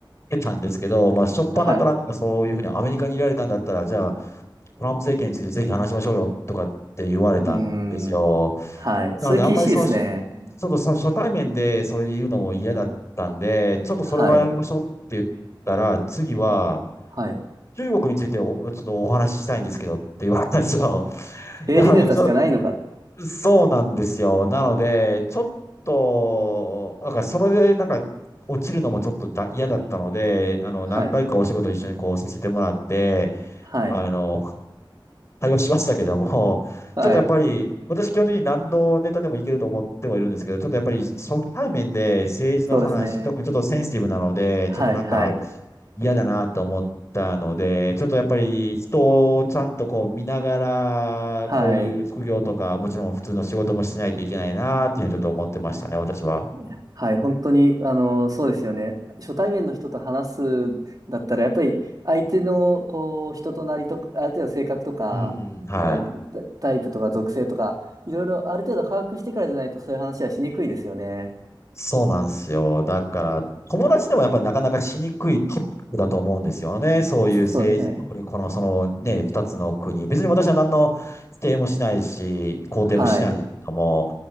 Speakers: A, on the left (about 35°); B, on the right (about 45°).
A: てたんですけど、まあ、初っ端からなんかそういうふうにアメリカにいられたんだったら、
B: はい。う
A: じゃあ、トランプ政権についてぜひ話しましょうよとかって言われたんですよ。
B: ーん。はい。
A: なので、
B: それ厳しいですね。
A: あんまりその、しうんちょっとそ初対面でそれで言うのも嫌だったんで、ちょっとそれはやめましょうって言ったら、
B: はい。
A: 次は、
B: はい。
A: 中国についてお、ちょっとお話ししたいんですけどって言われたんですよ。<laughs>
B: 政治ネタしかないのか。
A: なので、ちょ、そうなんですよ。なので、ちょっと、なんかそれでなんか落ちるのもちょっとだ嫌だったので、あの、
B: はい。
A: 何回かお仕事一緒にこうさせてもらって、
B: はい。
A: あの、対応しましたけども、<laughs>
B: はい。
A: ちょっとやっぱり、私基本的に何のネタでもいけると思ってはいるんですけど、ちょっとやっぱり初対面で政治の話、
B: そうですね。
A: 特にちょっとセンシティブなので、
B: はい。
A: ちょっとなんか
B: はい。
A: 嫌だなと思ったので、ちょっとやっぱり人をちゃんとこう見ながら、
B: はい。
A: こういう副業とか、もちろん普通の仕事もしないといけないなっていうふうにちょっと思ってましたね、
B: はい。
A: 私は。
B: いやはい、本当に、あの、そうですよね。初対面の人と話すんだったら、やっぱり相手の、こう、人となりとか、ある程度性格とか、
A: うん。はい。
B: えータタイプとか属性とか、いろいろある程度把握してからじゃないと、そういう話はしにくいですよね。
A: そうなんですよ。だから、友達でもやっぱりなかなかしにくいトピックだと思うんですよね。
B: うん、
A: そういう政治、
B: そうですね。
A: 特にこの、そのね、二つの国。別に私は何の否定もしないし、肯定もしないですけども、
B: はい。